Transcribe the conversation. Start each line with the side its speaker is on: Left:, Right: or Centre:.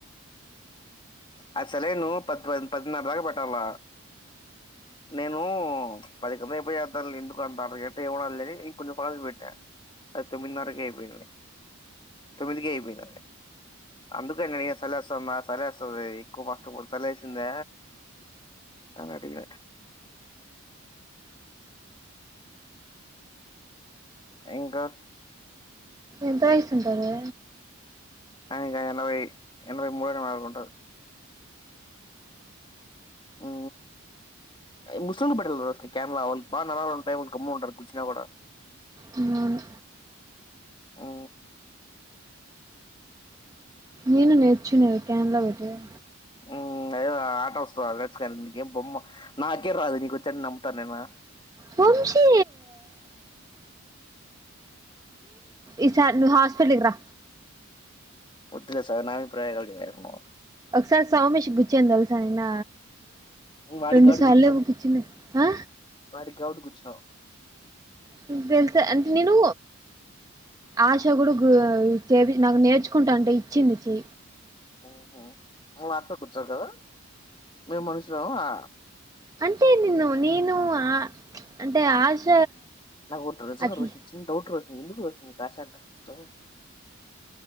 Left: ఆ సెలైను పద్ద్వన్ పదిన్నర దాగ ప ట్టవ, నేను ప్చ్ పది కంద అయిపోయోద్దంలె ఎందుకు అంత అర్థగంట ఎవ్వున్నదిలెని ఇంకొంజం పాజ్ పెట్ట్న, అది తొమ్మిదిన్నరకి అయిపోయింని, తొమ్మిదికె అయిపోయిందది, అందుకె నెయ సలేేస్సన్న సరే అస్సఏ ఎక్కువ బట్టపో చలేసిందా, అన్నటికి ఇంకా
Right: ఎంతవయసుంటాది.
Left: ఆయన్క ఎనవై, ఎనవై మూల్గనాల్గుంట ఉ, అయ్ ముసుల్లు <unintelligible> స్కాంమ్ల వాళ్ళు బాగా నరాలు ఉంటాయ్, వాళ్ళు గమ్ము ఉంటారు గుచ్చిన కూడా,
Right: అవును.
Left: ఉ
Right: నేను నేచ్చున్న కేమ్లా పెట్టెది.
Left: ఉ అదేదో ఆట వస్తద అ విలేజ్ స్కన్ గేం బొమ్మ నాకే రాదు నీకొచ్చన్ నమ్ముత్త నేనా
Right: వంశీ ఇసార్ నువ్ హాస్పిటల్కిరా
Left: వద్దిలే సామి నా ప్రయోగల్ చేయకు మో
Right: సార్ సౌమేష్ గుచ్చేన్ థెల్సా నిన్న
Left: వాడికి
Right: రెండు
Left: కాబట్టి
Right: సాల్లేమో
Left: కూర్చున్నాం
Right: గుచ్చిన ఆ
Left: వాడికి గావట్టి గుచ్చ్నవ్.
Right: నీ థెల్సా అంటె నేను ఆశ కూడా గు చ్చేది నాకు నేర్చుకుంటాంటే ఇచ్చింది చి
Left: ఉ హా నువ్ అస్సర్ గుచ్చవ్ కదా మేము మనుషులమా
Right: ంటే నిన్ను నేను ఆ అంటే ఆశ
Left: నాక్ ఓ డ్రెస్సు
Right: అట్లా
Left: <unintelligible> డౌట్ర ఎందుకు వర్షిని కాసాక అంతిష్టవ్.